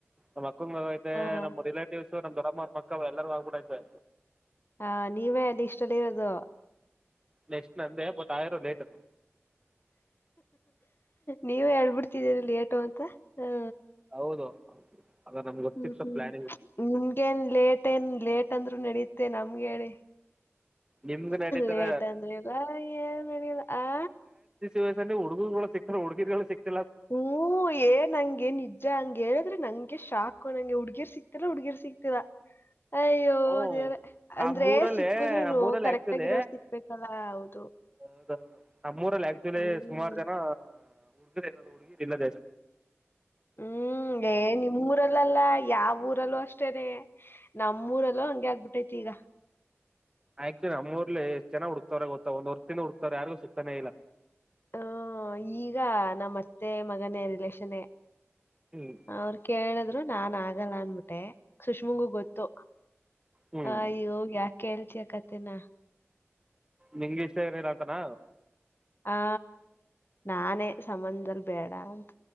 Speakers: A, on the right; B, on the left.
A: ನಮ್ ಅಕ್ಕ ಆಗೈತೆ
B: ಹಾ
A: ನಮ್ ರಿಲೇಟಿವ್ಸ್ ನಮ್ ಅಮ್ಮ ಮಕ್ಕವ ಎಲ್ಲಾರು ಆಗ್ಬಿಡತೆ
B: ಹಾ ನೀವೇ ಎಲ್ಲಿ ಇಷ್ಟಲ್ಲಿ ಇರೋದು
A: ನೆಷ್ಟಟ್ ನ ಅಂದ ಪತ್ತ ಆದ್ರೂ ಲೇಟ್
B: ನೀವೇ ಹೇಳ್ಬಿಡ್ತಿದ್ದೀರಿ ಲೇಟೋ ಅಂತ ಹ
A: ಹೌದು ಅದ ನಮ್ಗೆ ಗೊತ್ತಿತ್ತು
B: ಹ್ಮ್ ಹ್ಮ್
A: ಪ್ಲಾನಿಂಗ್
B: ನಿಮ್ಗೇನ್ ಲೇಟ್ ಏನ್ ಲೇಟ್ ಅಂದ್ರರು ನಡೀತ್ತೆ ನಮ್ಗೆ ಹೇಳಿ
A: ನಿಮ್ಗೆ ನಡೀತದ
B: ಲೇಟ್ ಅಂದಲಿಲ್ಲ ಏನ್ಡಿಲ್ಲ ಆ
A: ವಯಸ ಹುಡಗುರಗಳು ಸಿಕ್ತಾರೆ ಹುಡ್ಗಿರ್ ಸಿಗಲ್ಲ
B: ಹ್ಮ್ ಏನ್ಂಗೆ ನಿಜ ಹಂಗೆ ಹೇಳಿದ್ರೆ ನಂಗೆ ಶಾಕು ನಂಗೆ ಹುಡ್ಗೀರ್ ಸಿಗ್ತಿರಾ ಹುಡ್ಗೀರ್ ಸಿಗ್ತತಿರಾ ಅಯ್ಯೋ
A: ಹ್ಮ್
B: ದೇವ್ರೇ ಅದೇ
A: ನಮ್ಮೂರಲ್ಲಿ
B: ಅಂದ್ರೆ ಸಿಕ್ಕುದ್ರು
A: ನಮ್ಮೂರಲ್ಲಿ
B: ಕರೆಕ್ಟ್ಗಿರೋರು
A: ಆಕ್ಚುಲಿ
B: ಸಿಕ್ಬೇಕಲ್ಲ ಹೌದು
A: ಹೌದೌದು ನಮ್ಮ ಉರಲ್ಲಿ ಆಕ್ಚುಲಿ
B: ಹ್ಮ್.
A: ಸುಮಾರು ಜನ ಹುಡುರ್ ಇರದು ಜಾಸ್ತಿ ಹುಡ್ಗಿರ್ ಇಲ್ಲಾ
B: ಹ್ಮ್ ಏ ನಿಮ್ಮೂಊರಲ್ಲಲ್ಲ ಯಾವ ಊರಲ್ಲೂ ಅಷ್ಟೇನೆ ನಮ್ಮೂರೆಲ್ಲೋ ಹಂಗೆ ಆಗ್ಬಿಟ್ಟೈತಿ ಈಗ
A: ಆಕ್ಚುಲಿ ನಮ್ಮೂಊಲ್ಲಿ ಎಷ್ಟ ಜನ ಹುಡ್ತವ್ರ ಗೊತ್ತ ಒಂದ್ರ್ ದಿಂದ ಹುಡ್ತವ್ರ ಯಾರಿಗು ಸಿಗ್ತಾನೇ ಇಲ್ಲ
B: ಹ ಈಗ ನಮ್ಮತ್ತೆ ಮಗನೇ ರಿಲೇಷನ್
A: ಹ್ಮ್
B: ಅವರು ಕೇಳಿದ್ರು ನಾ ಆಗಲ್ಲ ಅನ್ಬಿಟ್ಟೆ ಸುಷ್ಮುಂಗೂ ಗೊತ್ತು
A: ಹ್ಮ್
B: ಅಯ್ಯೋ ಯಾಕ ಹೇಳ್ತಯ ಕತನಾ
A: ನಿಂಗ ಇಷ್ಟ ಇರಿಲ್ಲ ಅಂತನ
B: ಆ ನಾನೇ ಸಂಬಂಧದಲ್ಲಿ ಬೇಡ ಅಂತ